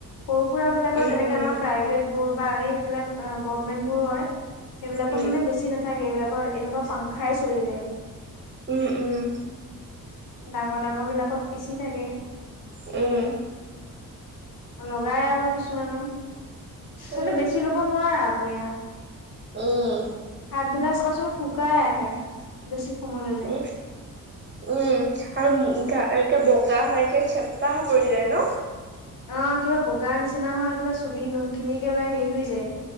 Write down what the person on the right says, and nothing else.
উম
উম
উম
উম উম। উম।
উম।
উম উম
উম
উম, উম আৰু উম উম একে বগা হয় একে খেপ্তাহ পৰি যায় ন।